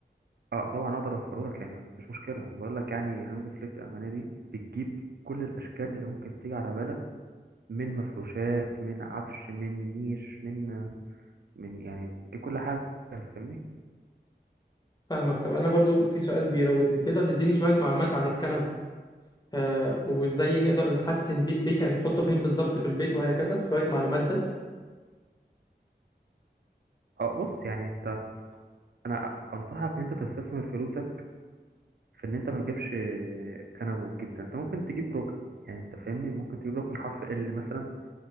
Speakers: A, on the right (about 65°); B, on the left (about 25°).
A: اه طبعا اقدر اوفره لك يعني مفيش مشكله بقول لك يعني هانز فليك الالمانيه دي بتجيب كل الاشكال اللي ممكن تيجي على بالك من مفروشات من عفش من نيش من من يعني دي كل حاجه انت فاهمني
B: فاهمك طب انا برضو في سؤال بيراودني تقدر تديني شويه معلومات عن الكنب أه وازاي نقدر نحسن بيه البيت يعني نحطه فين بالظبط في البيت وهكذا شويه معلومات بس
A: اه بص يعني انت انا انصحك ان انت تستثمر فلوسك في ان انت ما تجيبش كنب وتجيب ده انت ممكن تجيب ركن يعني انت فاهمني ممكن تجيب ركن حرف ال مثلا